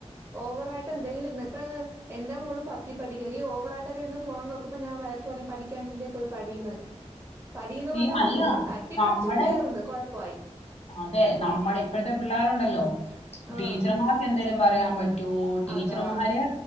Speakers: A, on the right (about 25°); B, on the left (about 60°).
A: ഓവറായിട്ട് എന്തെങ്കിലും ന്ന് ഇപ്പൊ എന്റെ മോളും പത്തി പഠിക്ക ഈ ഓവറായിട്ടൊക്കെ ഇരുന്ന് ഫോൺ നോ നോക്ക ക്കുമ്പ ഞാൻ വഴകു പഠിക്കാനില്ലേ പോയി പഠീന്നൊക്കെ പഠീന്ന് പറഞ്ഞ്
B: ഈ
A: നമ്മള്
B: അല്ല
A: ഫോൺ തട്ടിപ്പറിച്ചാൽ
B: നമ്മുടെ
A: തീർന്ന് കൊഴപ്പായി
B: അതെ നമ്മുടെ ഇപ്പോഴത്തെ പിള്ളേരു ഉണ്ടല്ലോ
A: ആഹ്
B: ടീച്ചർമാർക്ക് എന്തേങ്കലും പറയാൻ പറ്റ റ്റോ ടീച്ചർമാര്
A: അതാ